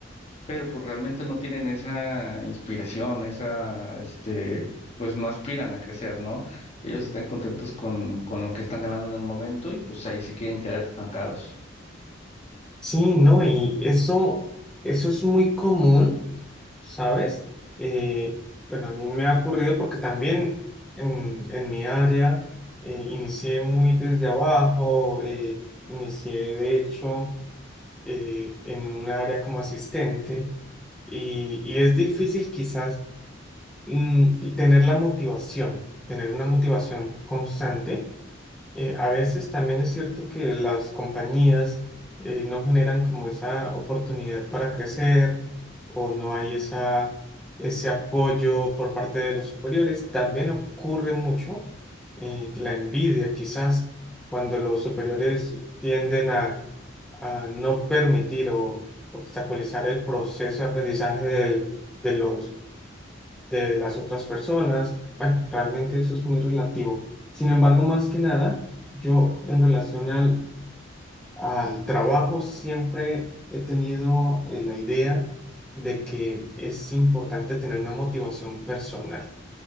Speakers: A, on the left; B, in the centre.
A: pero pues realmente no tienen esa inspiración, esa, este, pues no aspiran a crecer, ¿no? Ellos están contentos con, con lo que están ganando en el momento y pues ahí se quieren quedar estancados.
B: Sí, no, y eso, eso es muy común. ¿Sabes? Eh, bueno, a mí me ha ocurrido porque también en, en mi área eh, inicié muy desde abajo, eh, inicié de hecho eh, en un área como asistente y, y es difícil quizás mm, tener la motivación, tener una motivación constante eh, a veces también es cierto que las compañías eh, no generan como esa oportunidad para crecer o no hay esa, ese apoyo por parte de los superiores. También ocurre mucho eh, la envidia, quizás cuando los superiores tienden a, a no permitir o obstaculizar el proceso de aprendizaje del- de los de las otras personas. Bueno, realmente eso es muy relativo. Sin embargo, más que nada, yo en relación al, al trabajo siempre he tenido eh, la idea de que es importante tener una motivación personal.